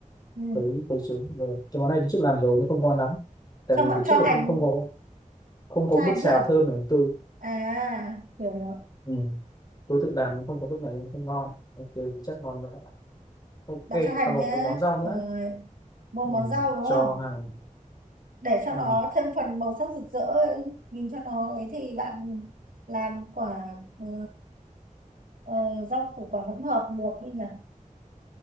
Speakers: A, on the right (about 85°); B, on the left (about 30°).
A: ừ.
B: quấy quấy xuống rồi cái món này tôi trước làm rồi nó không ngon lắm tại
A: xong
B: vì
A: bạn
B: từ
A: cho
B: trước là
A: hành
B: không không có không có
A: cho
B: bước
A: hành
B: xào
A: chưa
B: thơm này tôi
A: à hiểu hiểu
B: ừ. tôi tự làm nên không có bước này nên không ngon ok chắc ngon nữa ok
A: bạn cho hành
B: còn một
A: nhá
B: món rau nữa
A: rồi một món
B: ừ.
A: rau đúng
B: cho
A: không
B: hàng
A: để cho
B: ừ.
A: nó thêm phần màu sắc rực rỡ ấy. nhìn cho nó ấy thì bạn làm quả ờ, ờ, rau củ quả hỗn hợp luộc đi nhỉ